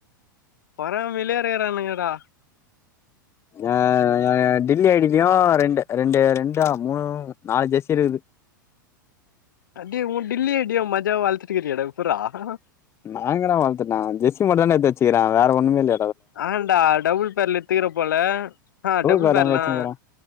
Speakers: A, on the left; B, on the left.
A: பறம் வெளியேறகறானுங்கடா
B: அஹ் எ டில்லி ஐடிலயும் ரெண்டு ரெண்டு ரெண்டா மூணு நாலு ஜெசி இருகுது
A: <unintelligible>
B: நாங்க நா வளத்துட்டான் ஜெஸி மட்டுதான்டா எத்து வச்சுக்கிறன் வேற ஒண்ணுமே இல்
A: <inaudible> தீர போல ஆஹ் டபுள்
B: பேர்
A: பேர்லாம்
B: எங்க வச்சுனுக்கிறே